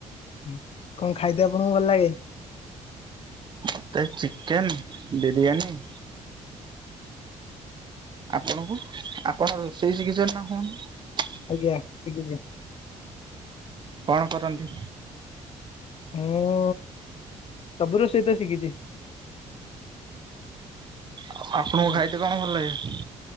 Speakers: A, on the left; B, on the right.
A: ହୁଁ କଣ ଖାଇଦ ଆପଣଙ୍କୁ ଭଲ ଲାଗେ?
B: ମତେ ଚିକେନ ବିରିୟାନୀ। ଆପଣଙ୍କୁ ଆପଣ ରୋଷେଇ ଶିକଚନ ନା ହୁଅନ
A: ଆଜ୍ଞା ଶିଖିଛି।
B: କଣ କରନ୍ତି?
A: ମୁଁ ସବୁୁ ରୋଷେଇ ତ ଶିଖିଛି।
B: ଆ ଆପଣଙ୍କୁ
A: ହଁ
B: ଖାଇତ କଣ ଭଲ ଲାଗେ?